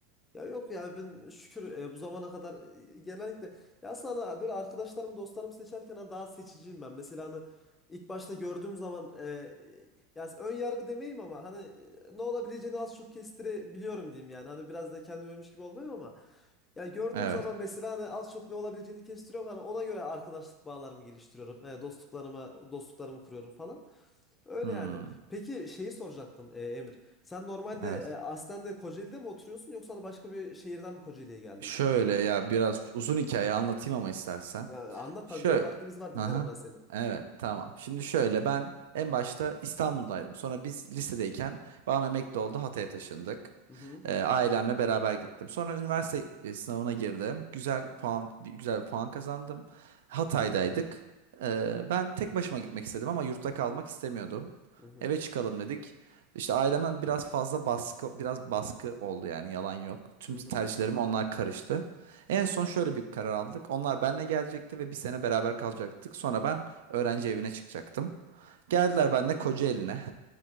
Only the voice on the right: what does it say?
Evet.
Hmm,
evet.
Şöyle ya biraz uzun hikaye anlatayım ama istersen.
Şöyle.
Aha.
Evet tamam. Şimdi şöyle ben en başta İstanbul'daydım. Sonra biz lisedeyken babam emekli oldu. Hatay'a taşındık.
Ee, ailemle beraber gittim. Sonra üniversite e, sınavına girdim. Güzel puan, bir, güzel bir puan kazandım. Hatay'daydık. Ee, ben tek başıma gitmek istedim ama yurtta kalmak istemiyordum.
Eve çıkalım dedik. İşte ailemden biraz fazla baskı, biraz baskı oldu yani yalan yok. Tüm
tercihlerime
onlar karıştı. En son şöyle bir karar aldık. Onlar benle gelecekti ve bir sene beraber kalacaktık. Sonra ben öğrenci evine çıkacaktım. Geldiler benle Kocaeli'ne.